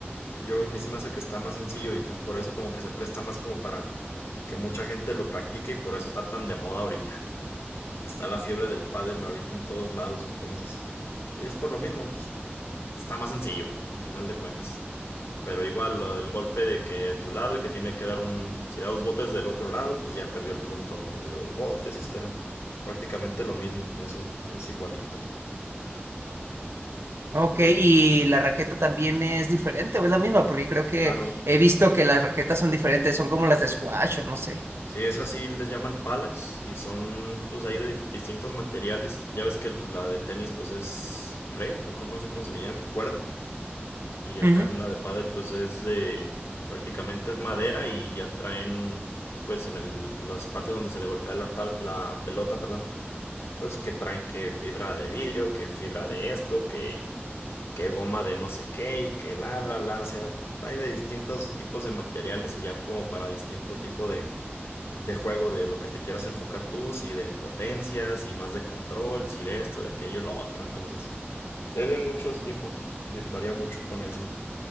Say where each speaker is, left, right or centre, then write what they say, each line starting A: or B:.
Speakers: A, on the left; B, on the right.
A: yo a mí se me hace que está más sencillo y pues por eso como que se presta más como para que mucha gente lo practique y por eso está tan de moda ahorita. Está la fiebre del pádel ahorita en todos lados, entonces y es por lo mismo, pues, está más sencillo al final de cuentas. Pero igual, lo del golpe de que tu lado y que tiene que dar un. Si da dos botes del otro lado, pues ya perdió el punto donde dio dos botes, etcétera. Es prácticamente lo mismo, eso es igualito.
B: Ok, y la raqueta también es diferente, o es la misma, porque creo que
A: Ah, no.
B: he visto que las raquetas son diferentes, son como las de squash o no sé.
A: Sí, es así, les llaman palas y son pues ahí de dif- distintos materiales. Ya ves que pues, la de tenis pues es red o con- no sé cómo se le llame, cuerda. Y acá
B: Ujú.
A: en la de pádel pues es de prácticamente es madera y ya traen pues en el, las partes donde se le golpea la, pal- la pelota, perdón, pues que traen que fibra de vidrio, que fibra de esto, que, que goma de no sé qué y que bla, bla, bla. O sea, hay de distintos tipos de materiales y ya como para distinto tipo de, de juego de lo que te quieras enfocar tú, si de potencias, si más de control, si de esto, de aquello, lo otro. Entonces, o sea, hay de muchos tipos, varía mucho con eso.